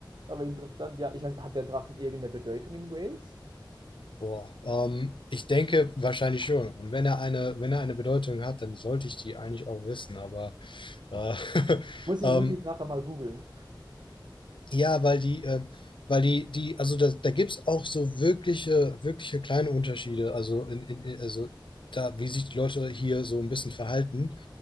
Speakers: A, on the right; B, on the left.
A: Aber interessant, ja, ich weiß, hat der Drachen irgendeine Bedeutung in Wales?
B: Boah, ähm, ich denke wahrscheinlich schon. Und wenn er eine, wenn er eine Bedeutung hat, dann sollte ich die eigentlich auch wissen, aber äh, <laughs>
A: Muss ich,
B: ähm,
A: muss ich nachher mal googeln.
B: Ja, weil die, ähm, weil die, die, also da, da gibt es auch so wirkliche, wirkliche kleine Unterschiede. Also in, in, in- also da, wie sich die Leute hier so ein bisschen verhalten.